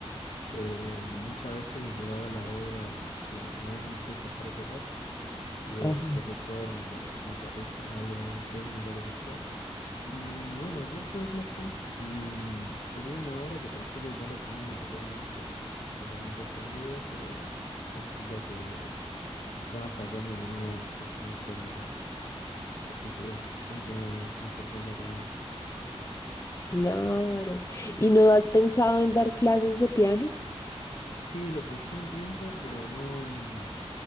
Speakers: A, on the left (about 75°); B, on the left (about 30°).
A: Eh, muchas veces llevaba la obra, bueno, me dan unas piezas para tocar y
B: Ajá,
A: el profesor me, me corrige algo de la técnica o lo que sea. Y bueno, ayer tuve clases y mm, tenía una obra que pensé que ya la tenía totalmente, totalmente aprendida, pero... Resulta que estaba fallando en algunas cuestiones técnicas. Así que <laughs> siempre me, me sorprendo con él.
B: claro. ¿Y no has pensado en dar clases de piano?
A: Sí, lo pensé un tiempo, pero no, mm,